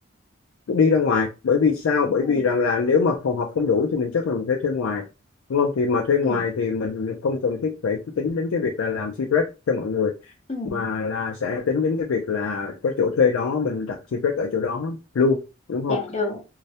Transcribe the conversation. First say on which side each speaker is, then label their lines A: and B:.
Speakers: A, on the left; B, on the left.
A: đi ra ngoài bởi vì sao bởi
B: ừ
A: vì rằng là nếu mà phòng họp không đủ thì mình chắc là mình phải thuê ngoài đúng không thì mà thuê ngoài
B: ừ
A: thì mình không cần thiết phải tính đến cái việc là làm tea break cho mọi người
B: ừ
A: mà là sẽ tính đến cái việc là có chỗ thuê đó mình đặt tea break ở chỗ đó luôn đúng không
B: dạ được